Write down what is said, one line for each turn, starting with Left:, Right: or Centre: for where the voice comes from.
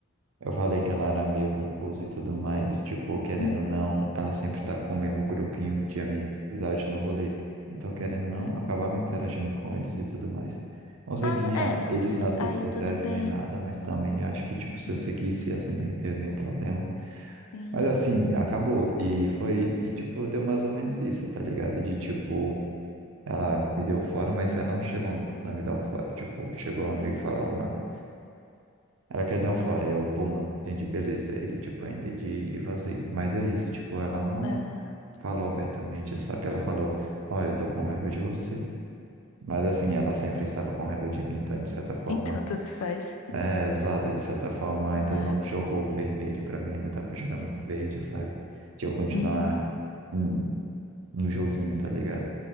Right: eu falei que ela era meio confusa e tudo mais, tipo, querendo
Left: uhum,
Right: ou não, ela sempre tava com o mesmo grupinho de amizade no rolê. Então, querendo ou não,
Left: sim.
Right: acabava interagindo com eles e tudo mais. Não seguia
Left: Ah, é, não.
Right: eles nas
Left: Aí,
Right: redes sociais
Left: tudo bem.
Right: nem nada, mas também acho que, tipo,
Left: Uhum,
Right: se eu seguisse, assim, não ia ter nenhum problema.
Left: sim.
Right: Mas assim, acabou. E foi, e tipo, deu mais ou menos isso, tá ligado? De tipo. Ela me deu fora, mas ela não chegou a me dar um fora. Tipo, chegou um amigo e falou, ó, mano, ela quer dar um fora. E eu, pô, mano, entendi, beleza. E, tipo, eu entendi e vazei. Mas é isso, tipo, ela não
Left: Aham.
Right: falou abertamente, sabe? Ela falou, ó, eu tô com raiva de você. Mas, assim, ela sempre estava com raiva de mim, então, de certa forma,
Left: Então, tanto faz.
Right: é exato, de certa forma, ainda
Left: Ah,
Right: não jogou o vermelho pra mim, ainda tava jogando verde, sabe? De eu continuar
Left: uhum,
Right: hum, no joguinho, tá ligado?